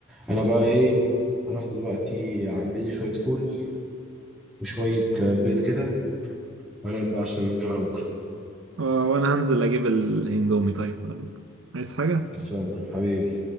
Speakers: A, in the centre; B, on the right.
A: انا بقى ايه هروح دلوقتي اعمل لي شويه فول وشويه آه، بيض كده وانام بقى عشان نرجع بكره
B: آه، وانا هنزل اجيب الاندومي طيب قالوا عايز حاجة
A: خلصانه حبيبي